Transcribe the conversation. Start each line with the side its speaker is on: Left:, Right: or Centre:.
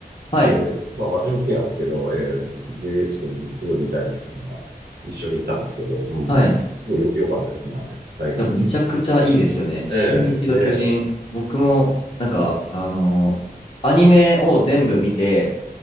Left: はい。
Right: で、まあ私も好きなんですけど、ええ、で、ちょっとすごい見たいって言ったから、一緒に行ったんですけど、うん、
Left: はい。い
Right: すごいよ、良かったですね、あれ。大学の見れて。
Left: や、めちゃくちゃいいですよね。進撃の巨人。
Right: ええ、ねえ。
Left: 僕も、なんか、あの、アニメを全部見て、